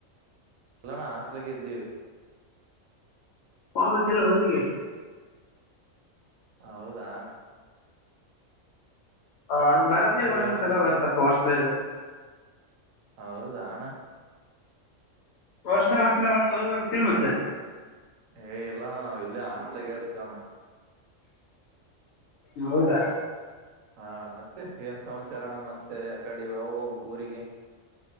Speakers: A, on the right; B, on the left.
A: ಇಲ್ಲ ಅಣ್ಣ ಹಾಸ್ಟೆಲಲ್ಲಿ ಇದ್ವಿ
B: ಹೋಗಬೇಕಲ್ಲ ಊರಿಗೆ
A: ಹೌದಾ ಅಣ್ಣ
B: ಅಲ್ ಬರದೇ
A: ಹೇಳೋಣ
B: ಒಂದ್ಸಲ
A: ಮತ್ತೆ
B: ಬರ್ತಪ್ಪ ವರ್ಷದಾಗ
A: ಹೌದಾ <inaudible>
B: ವಔಷದ ಒಂದ್ಸಲ ಬರ್ತಾವ ಬರ್ ಕೆಲ್ ಮತ್ತೆ
A: ಏ ಇಲ್ಲೋಣ್ಣ ನಾವ್ ಇಲ್ಲೇ ಆಸ್ಲಗ ಇರ್ತೀವಣ್ಣ
B: ಹೌದಾ
A: ಹಣ್ಣ ಮತ್ತೆ ಏನ್ ಸಮಸ್ಯಾರ ಅಣ್ಣ ಮತ್ತೆ ಆ ಕಡೆ ಅವಾಗೋಗ್ಬೇಕು ಊರಿಗೆ